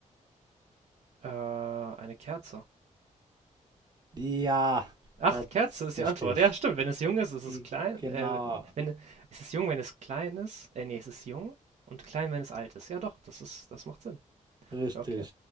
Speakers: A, on the right; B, on the right.
A: Äh, eine Kerze.
B: Ja,
A: Ach,
B: das
A: Kerze ist
B: richtig.
A: die Antwort. Ja, stimmt. Wenn es jung ist, ist
B: I-
A: es klein.
B: Genau,
A: Äh, wenn, ist es jung, wenn es klein ist? Äh, nee, es ist jung und klein, wenn es alt ist. Ja, doch, das ist, das macht Sinn.
B: richtig.
A: Ja, okay.